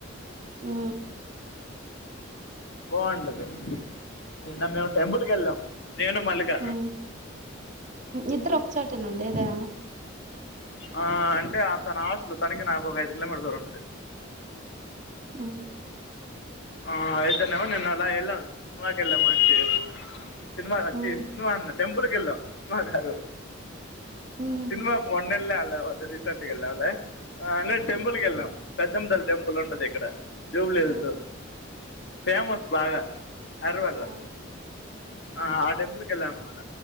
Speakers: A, on the right (about 40°); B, on the left (about 60°).
A: ఉ
B: బాగుంటది నిన్న మేము టెంపుల్ కెళ్ళాం నేను మల్లిక
A: హ్మ్ ఇద్దరు ఒక చోటే నుండేదా
B: ఆ అంటే తన హాస్టల్ తనకి నాకు ఒక ఐదు కిలోమీటర్ దూరం ఉంటది
A: అ
B: ఆ అయిదనేేవా నిన్న అలా ఎల్లాం సినిమాకి ఎల్లం మంచి సినిమాచ్చి
A: హ్మ్
B: సినిమా అన్న టెంపుల్కెళ్ళాం సినిమా కాదు
A: హ్మ్
B: సినిమా మొన్నేళ్లం అలా అద రీసెంట్ వెళ్ళంలే అ అ టెంపుకెల్ళం
A: హ్మ్
B: పెద్దమ్మ తల్లి టెంపుల్ ఉంటది ఇక్కడ జూబ్లీ హిల్స్
A: హ్మ్.
B: ఫేమస్ బాగా హైదరాబాద్ లొ
A: ఆ!
B: ఆ ఆ టెంపుల్ కెల్లన్న మాట